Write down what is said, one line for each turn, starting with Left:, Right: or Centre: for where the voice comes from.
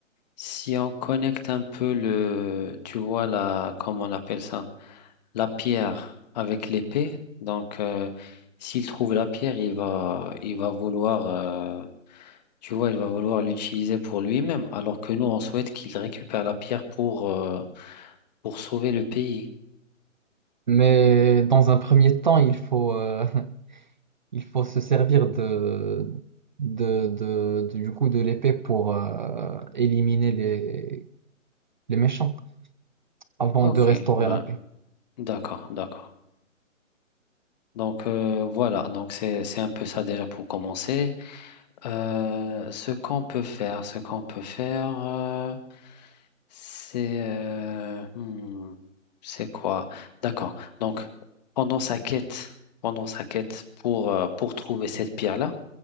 Left: si on connecte un peu le, tu vois la, comment on appelle ça, la pierre avec l'épée. Donc, euh, s'il trouve la pierre, il va il va vouloir, euh, tu vois, il va vouloir l'utiliser pour lui-même. Alors que nous, on souhaite qu'il récupère la pierre pour euh, pour sauver le pays.
Right: Mais dans un premier temps, il faut, euh, il faut se servir de, de, de- du coup de l'épée pour euh, éliminer les, les méchants avant
Left: Ok,
Right: de restaurer
Left: ouais.
Right: la paix.
Left: D'accord, d'accord. Donc euh, voilà, donc c'est c'est un peu ça déjà pour commencer. Euh, ce qu'on peut faire, ce qu'on peut faire, euh, c'est euh, hmm, c'est quoi? D'accord. Donc pendant sa quête, pendant sa quête pour euh, pour trouver cette pierre-là.